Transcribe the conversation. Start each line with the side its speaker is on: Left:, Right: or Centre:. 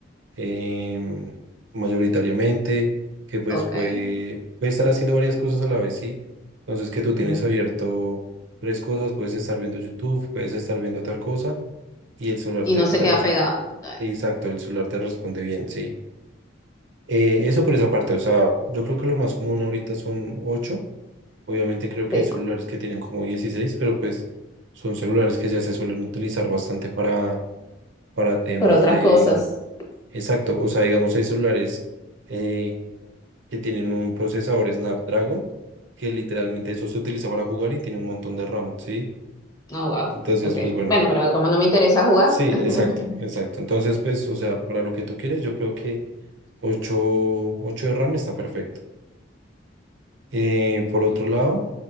Right: em, mayoritariamente, que pues
Left: Ok.
Right: puede, puede estar haciendo varias cosas a la vez, ¿sí? Entonces que tú tienes
Left: ujú.
Right: abierto tres cosas, puedes estar viendo YouTube, puedes estar viendo otra cosa y el celular
Left: Y
Right: te,
Left: no se
Right: te
Left: queda
Right: responde,
Left: pegado, ok.
Right: exacto, el celular te responde bien, ¿sí? Eh, eso por esa parte, o sea, yo creo que lo más común ahorita son ocho, obviamente creo que
Left: Sí,
Right: hay celulares que tienen como 16 pero pues son celulares que ya se suelen utilizar bastante para, para temas
Left: por otras
Right: de...
Left: cosas.
Right: Exacto, o sea, digamos, hay celulares eh, que tienen un procesador Snapdragon, que literalmente eso se utiliza para jugar y tiene un montón de RAM, ¿sí?
Left: Oh, wow.
Right: Entonces,
Left: Ok.
Right: pues bueno,
Left: Bueno, pero como no me interesa jugar.
Right: sí,
Left: <laughs>
Right: exacto, exacto. Entonces, pues, o sea, para lo que tú quieres, yo creo que 8 8 de RAM está perfecto. Eh, por otro lado,